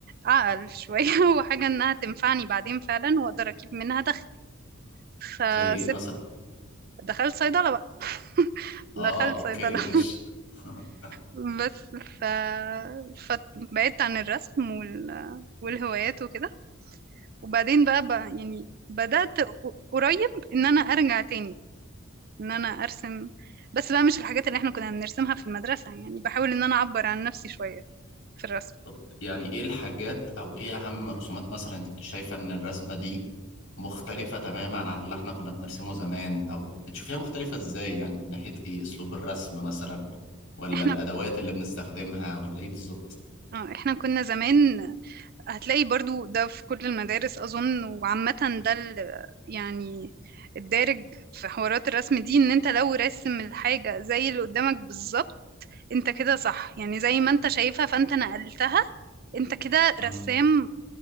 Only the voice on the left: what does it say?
زي ايه مثلا
اه اوكي
ماشي <laughs>
طب يعني ايه الحاجات او ايه اهم رسومات مثلا انت كنت شايفة ان الرسمة دي مختلفة تماما عن اللي احنا كنا بنرسمه زمان او بتشوفيها مختلفة ازاي يعني من ناحية ايه اسلوب الرسم مثلا ولا
الادوات اللي بنستخدمها ولا ايه بالظبط
امم